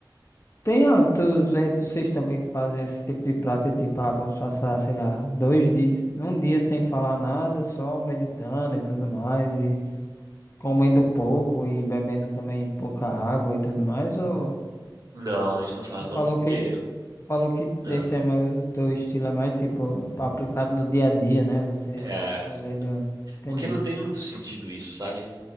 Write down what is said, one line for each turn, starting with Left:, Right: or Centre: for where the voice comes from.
Left: Tem, ah, tu, aí vocês também fazem esse tipo de prática, tipo, ah, vamos passar, sei lá, dois dias, um dia sem falar nada, só meditando e tudo mais, e comendo pouco e bebendo também pouca água e tudo mais, ou
Right: Não, a gente não faz
Left: tu
Right: não
Left: falou
Right: porque
Left: que esse, falou que
Right: ah,
Left: esse é mais, o teu estilo é mais, tipo, aplicado no dia a dia, né? Você
Right: é,
Left: colhendo, entendi.
Right: porque não tem muito sentido isso, sabe?